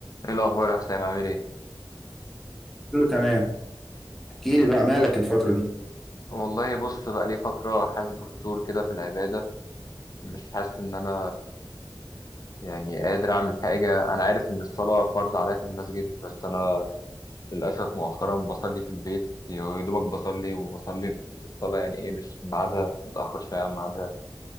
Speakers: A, on the left; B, in the centre.
A: ايه الاخبار يا حسام عامل ايه
B: كله تمام احكي لي بقى مالك الفترة دي
A: والله بص بقى لي فتره حاسس بفتور كده في العباده مش حاسس ان انا يعني قادر اعمل حاجه انا عارف ان الصلاه فرض عليا في المسجد بس انا للاسف مؤخرا بصلي في البيت يا دوبك بصلي وبصلي الصلاه يعني ايه مش في ميعادها متاخر شويه عن ميعادها